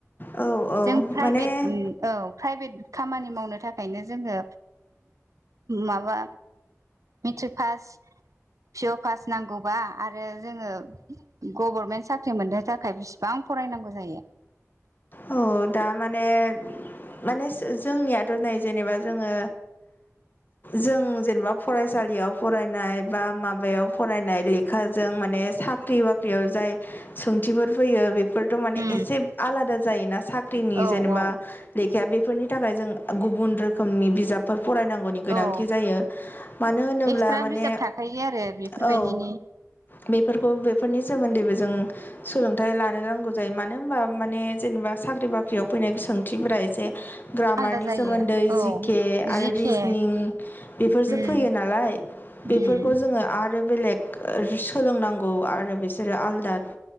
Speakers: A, on the left; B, on the right.
A: औ औ
B: जों फ्राइबेट
A: माने
B: उम औ फ्राइबेट खामानि मावनो था खायनो जोङो माबा मेट्रिक पास पिअ पास नांगौबा आरो जोङो गभर्मेन्ट साख्रि मोननो थाखाय बिसिबां फरायनांगौ जायो।
A: औ दा माने माने जोंनियाथ' नै जेनेबा जोङो जों जेनेबा फरायसालियाव फरायनाय बा माबायाव फरायनाय लेखाजों माने माने साख्रि बाख्रिआव जाय सोंथिफोर फैयो बे फोरथ' माने
B: उम
A: एसे आलादा जायोना साख्रिनि
B: औ
A: जेनेबा
B: औ
A: लेखाया बे फोरनि थाखाय जों गुबुन रोखोम फरायनांगौनि गोनांथि
B: औ
A: जायो मानो होनोब्ला
B: एक्सट्रा
A: माने
B: बिजाब थाखायो आरो बेफोरबायदिनि
A: औ बेफोरखौ बेफोरनि सोमोन्दैबो जों सोलोंथाइ लानो रोंगौ जायो मानो होनबा माने जेनेबा साख्रि बाख्रियाव फैनाय सोंथिफोरा एसे ग्रामारनि
B: आलादा जायो
A: सोमोन्दै
B: औ
A: जिके
B: जिके
A: आरो रिजनिं बेफोरसो
B: उम
A: फैयो नालाय
B: उम
A: बेफोरखौ जोङो आरो बेलेग सोलोंनांगौ आरो बिसोरो आलदा